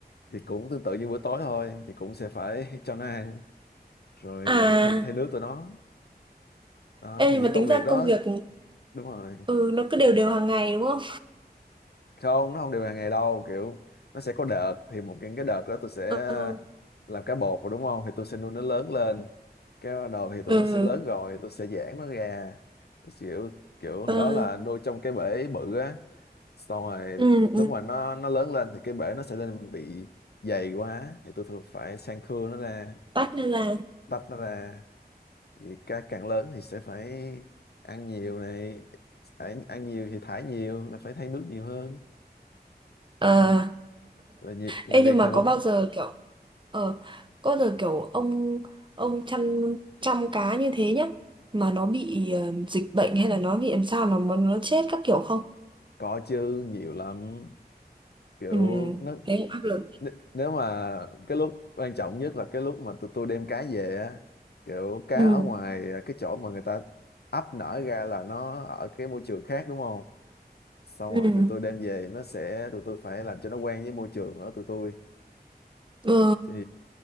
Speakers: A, on the left; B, on the right.
A: thì cũng tương tự như bữa tối thôi thì cũng sẽ phải <laughs> cho nó ăn rồi
B: à
A: thay thay nước tụi nó đó
B: ê
A: thì
B: nhưng
A: những
B: mà
A: công
B: tính
A: việc
B: ra
A: đó
B: công việc
A: đúng rồi
B: ừ nó cứ đều đều hàng ngày đúng không
A: không nó không đều hàng ngày đâu kiểu nó sẽ có đợt thì một cái cái đợt đó tôi sẽ
B: ừ
A: làm cá bột rồi đúng không thì tôi sẽ nuôi nó lớn lên cái bắt đầu thì tụi
B: ừ
A: nó sẽ lớn rồi tôi sẽ giãn nó ra kiểu kiểu
B: ừ
A: hồi đó là nuôi trong cái bể bự á xong rồi
B: ừ,
A: lúc
B: ừ.
A: mà nó nó lớn lên thì cái bể nó sẽ lên bị dày quá thì tôi thường phải sang thưa nó ra
B: bắt nên là
A: tách nó ra Thì ca- càng lớn thì sẽ phải ăn nhiều này phải ăn nhiều thì thải nhiều là phải thay nước nhiều hơn
B: ờ
A: Đấy. là việc là
B: ê
A: việc
B: nhưng mà
A: thì vẫn
B: có bao giờ kiểu ờ có bao giờ kiểu ông ông chăm chăm cá như thế nhá mà nó bị ờ, dịch bệnh hay là nó bị làm sao mà nó, nó chết các kiểu không
A: có chứ nhiều lắm kiểu
B: Ừ,
A: nó
B: thế cũng áp lực.
A: n- nếu mà cái lúc quan trọng nhất là cái lúc mà tụi tôi đem cá về á kiểu cá
B: Ừ,
A: ở ngoài à, cái chỗ mà người ta ấp nở ra là nó ở cái môi trường khác đúng không xong
B: ừ,
A: rồi tụi tôi đem về nó sẽ tụi tôi phải làm cho nó quen với môi trường ở tụi tôi
B: ừ,
A: thì